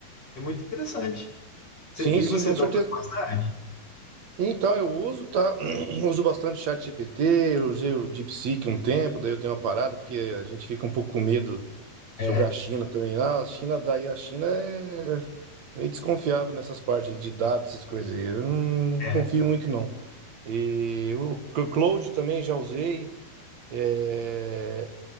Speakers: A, on the left (about 30°); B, on the right (about 50°).
A: É muito interessante. Você-
B: Sim,
A: e
B: sim,
A: você
B: com
A: está
B: certeza.
A: usando?
B: Então, eu uso, tá? <clears throat> Uso bastante o ChatGPT, eu usei o DeepSeek um tempo, daí eu dei uma parada, porque a gente fica um pouco com medo sobre
A: É,
B: a China também. Ah, a China, daí a China é, é meio desconfiável nessas partes aí de dados, essas coisas aí. Eu não, não confio
A: é.
B: muito, não. E o Cloud também já usei. é,